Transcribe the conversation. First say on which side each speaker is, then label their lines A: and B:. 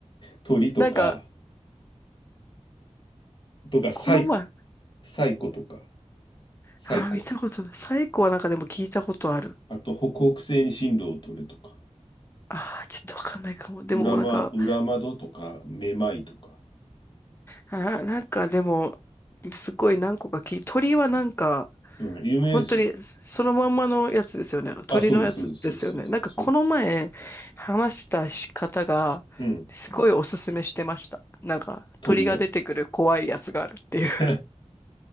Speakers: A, on the left; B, on the left.
A: 鳥とか、
B: なんか、
A: とか、サイ、
B: この前、
A: サイコとか、サイコ。
B: あー、見たことない。サイコはなんかでも聞いたことある。
A: あと、北北西に進路を取れとか、
B: ああ、ちょっとわかんないかも。でもなんか、
A: 裏ま、裏窓とか、めまいとか。
B: あー、なんかでも、すごい何個か聞い、鳥はなんか、
A: うん、有名ですよ。
B: 本当にそのまんまのやつですよね。鳥のやつですよね。
A: あ、そうです、そうです、そうです、そうです。
B: なんかこの前話した方が、
A: そうですうん、
B: すごいおすすめしてました。なんか鳥が出てくる怖いやつがあるっていう。
A: 鳥よ。<laughs>